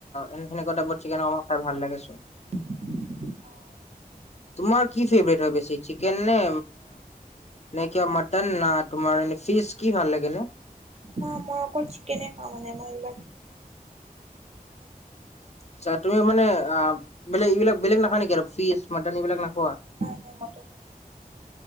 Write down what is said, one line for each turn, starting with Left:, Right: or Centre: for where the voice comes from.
Left: এ সেনেকুৱা টাইপত চিকেন অমাক খাই ভাল লাগে চোন
Right: আহঁ,
Left: তোমাৰ কি ফেভাৰেট হয় বেছি চিকেন নে, নাইকিয়া মটন নে, তোমাৰ ফিচ কি ভাল লাগে ন?
Right: হ মই অকল চিকেনে খাওঁ মানে মই অলপ!
Left: আচা তুমি মানে বেলেগ এইবিলাক বেলেগ নাখা নেকি আৰু ফিচ মন এইবিলাক নাখ
Right: নাই নাই ম ন <inaudible>